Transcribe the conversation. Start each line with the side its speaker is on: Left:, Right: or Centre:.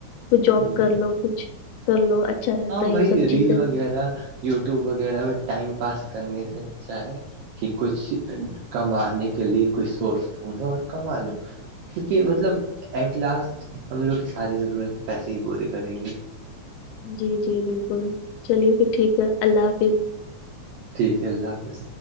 Left: کھ جاب
Right: ہ
Left: کر لو کچھ کر لو اچھا رہتا
Right: ہاں
Left: ہے
Right: بھائی
Left: یہ سب چیزیں
Right: ریل وغیرہ یوٹیوب وغیرہ میں ٹائم پاس کرنے سے اچھا ہے کہ کچھ کمانے کے لیے کچھ سورس <unintelligible> ڈھونڈو اور کما لو کیونکہ مطلب ایٹ لاسٹ ہم لوگ کی ساری ضرورت پیسے ہی پورے کریں گے
Left: جی جی بالکل چلیے پھر ٹھیک ہے اللہ حافظ
Right: ٹھیک ہے اللہ حافظ